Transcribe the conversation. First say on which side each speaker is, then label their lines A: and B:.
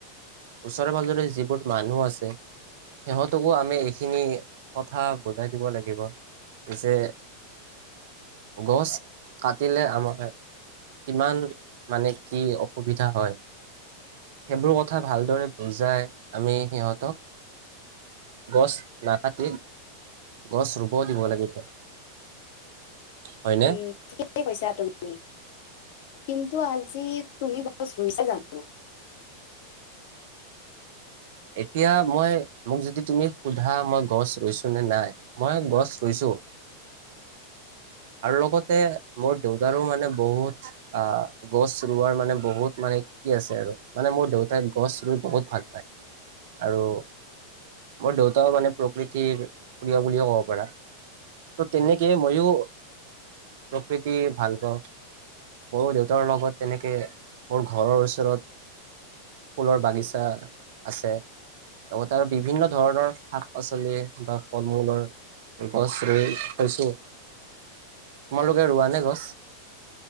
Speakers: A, on the right (about 55°); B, on the left (about 50°).
A: ওচৰে পাজৰে যিবোৰ মানুহ আছে। সিহঁতকো আমি এইখিনি কথা বুজাই দিব লাগিব। যে গছ কাটিলে আমাৰ কিমান মানে কি অসুবিধা হয়। সেইবোৰ কথা ভালদৰে বুজাই আমি সিহঁতক গছ নাকাটি গছ ৰুব দিব লাগে। হয়নে?
B: উম। ঠিকে কৈছা তুমি কিন্তু, আজি তুমি গছ ৰুইছা জানো?
A: এতিয়া মই মোক যদি তুমি সোধা মই গছ ৰুইছো নে নাই। মই গছ ৰুইছো।
B: <inaudible>
A: আৰু লগতে মোৰ দেউতাৰো মানে বহুত আহ গছ ৰুোৱাৰ মানে বহুত মানে কি আছে আৰু মানে মোৰ দেউতাই গছ ৰুই বহুত ভাল পায়। আৰু মোৰ দেউতাও মানে প্ৰকৃতিৰ প্ৰিয় বুলিও ক'ব পাৰা। ত' তেনেকে ময়ও প্ৰকৃতি ভাল পাওঁ। ময়ো দেউতাৰ লগত তেনেকে মোৰ ঘৰৰ ওচৰত ফুলৰ বাগিচা আছে লগতে আৰু বিভিন্ন ধৰণৰ শাক পাচলি বা ফল মূলৰ গছ ৰুই থৈছো তোমালোকে ৰোৱা নে গছ?